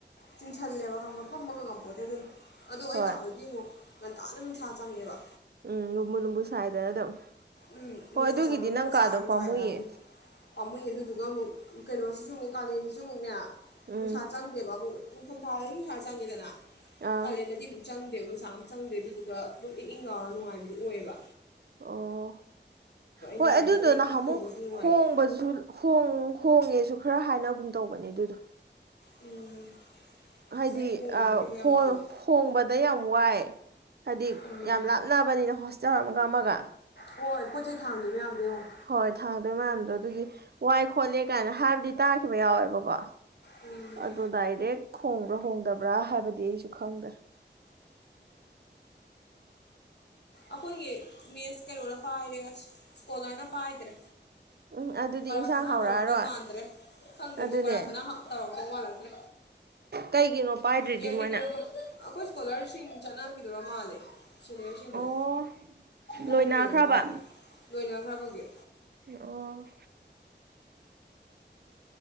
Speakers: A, on the left (about 65°); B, on the right (about 60°).
A: ꯆꯤꯟꯁꯤꯜꯂꯦꯕ ꯈꯪꯕ ꯐꯝꯕꯒ ꯉꯝꯄꯣꯠꯇꯦ ꯑꯗꯨꯅ ꯑꯗꯣ ꯑꯩ
B: ꯍꯣꯏ
A: ꯀꯥꯗꯗꯤ ꯑꯃꯨꯛ ꯉꯟꯇꯥꯅ ꯅꯨꯡꯁꯥ ꯆꯪꯉꯦꯕ
B: ꯎꯝ ꯂꯨꯝꯕꯨꯨ ꯂꯨꯝꯕꯨ ꯁꯥꯏꯗꯅ ꯑꯗꯨꯝ
A: ꯎꯝ
B: ꯍꯣꯏ
A: ꯅꯨꯡꯁꯥ
B: ꯑꯗꯨꯒꯤꯗꯤ
A: ꯁꯔꯅꯤ ꯑꯩꯈꯣꯏ
B: ꯅꯪ ꯀꯥꯗꯣ
A: ꯁꯥꯔꯅꯤ
B: ꯄꯥꯝꯃꯨꯏꯌꯦ
A: ꯁꯥꯥꯏ ꯌꯥꯔꯅꯤ ꯄꯥꯝꯃꯨꯏ ꯑꯗꯨꯗꯨꯒ ꯑꯃꯨꯛ ꯀꯩꯅꯣꯁꯤꯁꯨ ꯑꯃꯨꯛ ꯀꯥꯂꯦꯟꯁꯤꯁꯨ ꯑꯃꯨꯛꯅꯦ
B: ꯎꯝ
A: ꯅꯨꯡꯁꯥ ꯆꯪꯗꯦ ꯕꯥꯕꯨ ꯏꯪ ꯊꯥꯝ ꯊꯥ ꯗꯥꯗꯤ ꯅꯨꯡꯁꯥ ꯆꯉꯤꯗꯅ
B: ꯑꯥ
A: ꯀꯥꯂꯦꯟꯗꯗꯤ ꯑꯃꯨꯛ ꯆꯪ ꯨ ꯗꯦ ꯅꯨꯡꯁꯥ ꯆꯪꯗꯦ ꯑꯗꯨꯗꯨꯒ ꯑꯗꯨꯝ ꯏꯪ ꯏꯪ ꯂꯥꯎꯔꯒ ꯅꯨꯡꯉꯥꯏꯕꯤ ꯑꯗꯨ ꯑꯣꯏꯕ
B: ꯑꯣ ꯍꯣꯏ
A: ꯅꯨꯡꯉꯥꯏꯔꯤꯁꯦ
B: ꯑꯗꯨꯗꯨꯣ
A: ꯑꯗꯩ
B: ꯅꯍ
A: ꯐꯤ ꯐꯧꯕꯁꯨ
B: ꯃꯨꯛ
A: ꯅꯨꯡꯉꯥꯏꯕ
B: ꯍꯣꯡꯕꯁꯨ ꯍꯣꯡ ꯍꯣꯡꯉꯦꯁꯨ ꯁꯨ ꯈꯔ ꯍꯥꯏꯅꯒꯨꯝ ꯇꯧꯕꯅꯦ ꯑꯗꯨꯗꯣ
A: ꯎꯝ
B: ꯍꯥꯏꯗꯤ
A: ꯑꯁ ꯑꯩꯗꯤ ꯍꯣꯡꯅꯤꯡꯗꯦꯕ
B: ꯑ
A: ꯌꯥꯝ ꯇꯜꯂꯤ
B: ꯍꯣꯡꯕꯗ ꯌꯥꯝ ꯋꯥꯏ ꯍꯥꯏꯗꯤ
A: ꯎꯝ
B: ꯌꯥꯝ ꯂꯥꯞꯅꯕꯅꯤꯅ ꯍꯣꯁꯇꯦꯜ ꯑꯃꯒ ꯑꯃꯒ
A: ꯍꯣꯏ ꯄꯣꯠ ꯆꯩ ꯊꯥꯡꯗꯣꯏ ꯃꯌꯥꯝꯗꯣ ꯌꯦꯡꯉꯣ
B: ꯍꯣꯏ ꯊꯥꯡꯗꯣꯏ ꯃꯌꯥꯝꯗꯣ ꯑꯗꯨꯒꯤ ꯋꯥꯏ ꯈꯣꯠꯂꯦ ꯀꯥꯏꯅ ꯍꯥꯏꯕꯗꯤ ꯇꯥꯈꯤꯕ ꯌꯥꯎꯋꯦꯕꯀꯣ
A: ꯎꯝ
B: ꯑꯗꯣ ꯗꯥꯏꯔꯦꯛ ꯍꯣꯡꯕ꯭ꯔꯥ ꯍꯣꯡꯗꯕ꯭ꯔꯥ ꯍꯥꯏꯕꯗꯤ ꯑꯩꯁꯨ ꯈꯪꯗ꯭ꯔꯦ
A: ꯑꯩꯈꯣꯏꯒꯤ ꯃꯦꯁ ꯀꯩꯅꯣꯅ ꯄꯥꯏꯔꯦ ꯁ꯭ꯀꯣꯂꯔꯅ ꯄꯥꯏꯗ꯭ꯔꯦ
B: ꯎꯝ ꯑꯗꯨꯗꯤ
A: ꯕꯔꯥ
B: ꯏꯟꯁꯥꯡ
A: ꯈꯅꯥ
B: ꯍꯥꯎꯔꯛꯑꯔꯣꯏ
A: ꯇꯧꯔꯛꯇꯧ ꯃꯥꯟꯗ꯭ꯔꯦ ꯈꯪꯗꯦꯕꯣ
B: ꯑꯗꯨꯅꯦ
A: ꯕꯔꯥ ꯈꯅꯥ ꯇꯧꯔꯛꯇꯧ ꯃꯥꯜꯂꯛꯇ꯭ꯔꯦ
B: ꯀꯩꯒꯤꯅꯣ ꯄꯥꯏꯗ꯭ꯔꯤꯗꯤ
A: ꯀꯦꯌꯔ ꯇꯦꯀꯔꯅ
B: ꯃꯣꯏꯅ
A: ꯑꯩꯈꯣꯏ ꯁ꯭ꯀꯣꯂꯔ ꯁꯤꯡ ꯆꯠꯅꯈꯤꯗꯔꯥ ꯃꯥꯜꯂꯦ ꯁꯦꯅꯤꯌꯔꯁꯤꯡꯗꯣ
B: ꯑꯣ ꯂꯣꯏꯅꯥꯈ꯭ꯔꯕ
A: ꯑꯗꯨꯒꯤ ꯑꯣꯏꯕ ꯃꯥꯜꯂꯦ ꯂꯣꯏꯅꯈ꯭ꯔꯕꯒꯤ
B: ꯑꯣ